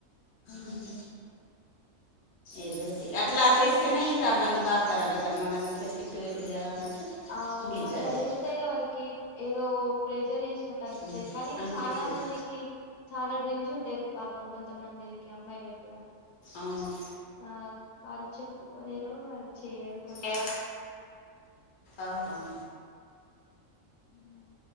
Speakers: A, on the left; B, on the left.
A: అందరు
B: మ్మ్ హు ఏదోతీ అట్లా చేస్తేనే ఇంకా మళ్ళీ బాగా కరాబ్ అవుతది నాకు ఇంత స్ట్రిక్ట్ పెట్టిరు కదా అన్నట్టు
A: అ అవును
B: ఇంక ఇంత
A: అట్లా
B: అయ్యేది.
A: చేస్తే వాళ్ళకి ఏదో ప్రెజర్ చేసినట్టు అనిపిత్తది
B: మ్మ్.
A: కానీ
B: అనిపిస్తుంది
A: చాలా మంది కి చాలా డ్రీమ్స్ ఉంటాయి పాపం కొంతమందికి అమ్మాయిలకి కూడా
B: అవును
A: ఆ వాళ్ళు చెప్పుకోలేరు వాళ్ళు చెయ్యరు కొందరు
B: ఆ అవును
A: ఉమ్